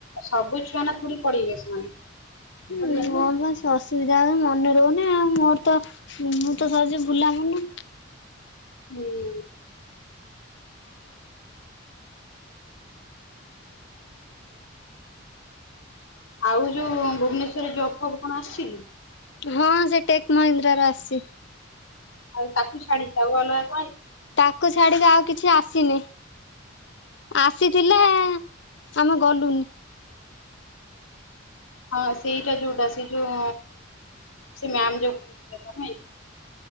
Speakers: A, on the left; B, on the left.
A: ସବୁ ଛୁଆ ନା ଥୋଡ଼ି ପଢିବେ ସେମାନେ।
B: ହୁଁ
A: ପଢିବେନି
B: ମୋ
A: ନା
B: ବସ୍ ଅସୁବିଧା ହଉନ ମନେ ରହୁନି ଆଉ, ମୋର ତ ମୁଁ ତ ସହଜେ ଭୁଲାମନ।
A: ହୁଁ ଆଉ ଯୋଉ ଭୁବନେଶ୍ୱରରେ ଜବ୍ ଫବ୍ କଣ ଆସିଚିକି?
B: ହଁ, ସେ ଟେକ୍ ମହିନ୍ଦ୍ରା ରୁ ଆସିଚି।
A: ଆଉ ତାକୁ ଛାଡିିକି, ଆଉ ଅଲଗା କଣ ଆଇଚି?
B: ତାକୁ ଛାଡିକି ଆଉ କିଛି ଆସିନି, ଆସିଥିଲା ଆ ଆମେ ଗଲୁନି।
A: ହଁ ସେଇଟା ଯୋଉଟା ସେ ଯୋଉ ସେ ମ୍ୟାମ୍ ଯୋଉ କହୁଥିଲେ ତମେ